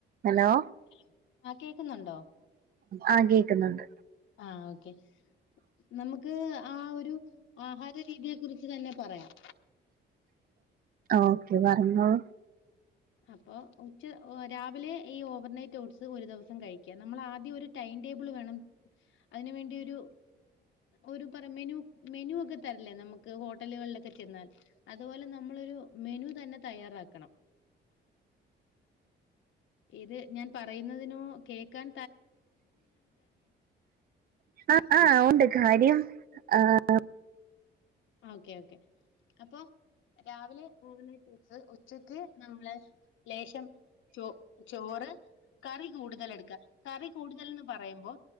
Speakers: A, on the right; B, on the left.
A: Hello
B: hello ആ കേക്കുന്നുണ്ടോ.
A: ആ കേക്കുന്നുണ്ട്
B: ആഹ് ഓക്കെ നമുക്ക് ആ ഒരു ആഹാര രീതിയെ കുറിച്ച് തന്നെ പറയാം.
A: ഓക്കെ പറഞ്ഞോളു.
B: അപ്പൊ ഉച്ച രാവിലെ ഈ ഓവർനൈ റ്റ് ഓട്സ് ഒരു ദിവസം കഴിക്കാ നമ്മൾ ആദ്യം ഒ രു ടൈം ടേബിൾ വേണം അതിന് വേണ്ടി ഒരു ഒരു പറ മെനു മെനു ഒക്കെ തരല്ലേ നമുക്ക് ഹോട്ടലുകളിലൊക്കെ ചെന്നാൽ അതുപോലെ നമ്മളൊരു മെനു തന്നെ തയ്യാറാക്കണം. ഇത് ഞാൻ പറയുന്നതിനോ കേക്കാൻ
A: ആഹ് ആഹ് ഉണ്ട്. കാര്യം ആഹ്
B: ഓക്കെ ഓക്കെ അപ്പൊ രാവിലെ ഓവർനൈറ്റോട്സ് ഉച്ചക്ക് നമ്മള് ലേശം ചോ ചോറ് കറി കൂടുതൽ എടുക്കാ. കറി കൂടുതൽന്ന് പറയുമ്പോ